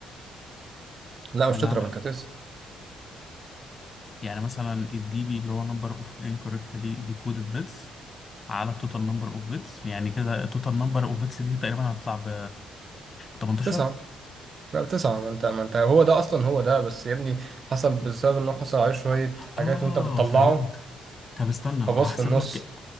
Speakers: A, on the right; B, on the left.
A: لا مش
B: ولا
A: تضرب
B: هعمل
A: انت
B: إيه؟
A: تسعة
B: يعني مثلا الدي بي اللي هو نمبر اوف انكوركتلي ديكودد بيتس على التوتال نمبر اوف بيتس يعني كده التوتال نمبر اوف بيتس دي تقريبا هتطلع ب 18
A: تسعة لا تسعة ما انت ما انت هو ده اصلا هو ده بس يا ابني حصل بسبب انه حصل عليه شوية حاجات
B: اه
A: وانت بتطلعه
B: فهمت طب استنى هحسب
A: فباص في النص
B: لك